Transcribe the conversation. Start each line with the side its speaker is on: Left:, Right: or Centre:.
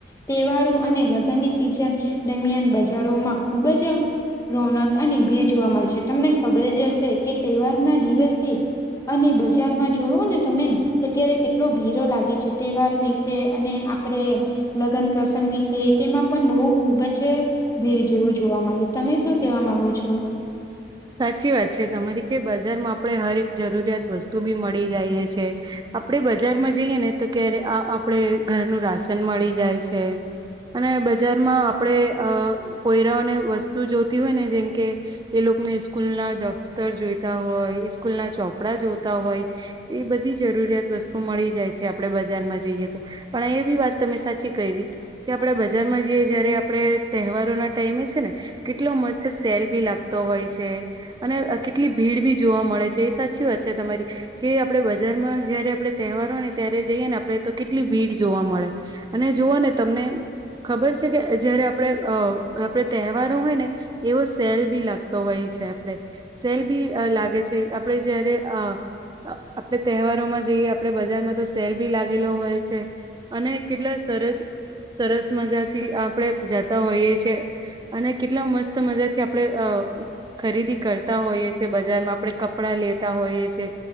Left: તહેવારો અને લગ્નની સિઝન દરમિયાન બજારોમાં ખુબ જ રોનક અને ભીડ જોવા મલે છે. તમને ખબર જ હશે કે તહેવાર ના દિવસે અને બજારમાં જોવો ને તમે તો ત્યારે કેટલો ભીડો લાગે છે. તહેવાર વિશે અને આપડે લગ્ન પ્રસંગ વિશે તેમાં પણ બહુ ખુબ જ ભીડ જેવું જોવા મલે. તમે શું કહેવા માંગો છો?
Right: સાચી વાત છે તમારી કે બજારમાં આપણે હરેક જરૂરિયાત વસ્તુ બી મળી જાઈએ છે. આપડે બજારમાં જઈએ ને તો ક્યારે આ આપડે ઘરનું રાશન મળી જાય છે. અને બજારમાં આપડે અહ પોયરાઓને વસ્તુ જોતી હોય ને જેમ કે એ લોક ક સ્કૂલ ના દફ્તર જોઈતા હોય, ઈસ્કૂલ ના ચોપડા જોતા હોય. એ બધી જરૂરિયાત વસ્તુ મળી જાય છે આપડે બજારમાં જઈએ તો. પણ એ બી વાત તમે સાચી કયરી કે આપડે બજારમાં જઈએ જયારે આપણે તહેવારો ના ટાઈમે છે ને કેટલો મસ્ત તો સેલ ભી લાગતો હોય છે અને અહ કેટલી ભીડ ભી જોવા મળે છે એ સાચી વાત છે તમારી. કે આપડે બજારમાં જયારે આપડે તહેવાર હોય ને ત્યારે જઈએ ને આપડે તો કેટલી ભીડ જોવા મળે. અને જોઓ ને તમને ખબર છે કે જયારે આપડણે અ આપડ તહેવારો હોય ને એવો સેલ બી લાગ તો હોય છે આપણે સેલ બી અહ લાગે છે આપણે જયારે અહ અ આપણે તહેવારોમાં જઈએ આપડે બજારમાં તો સેલ બી લાગેલો હોય છે. અને કેટલા સરસ સરસ મજાથી આપણે જાતા હોઈએ છેએ અને કેટલા મસ્ત મજા થી આપડણે અહ ખરીદી કરતા હોઈએ છીએ બજારમાં આપણેે કપડાં લેતા હોઈએ છે.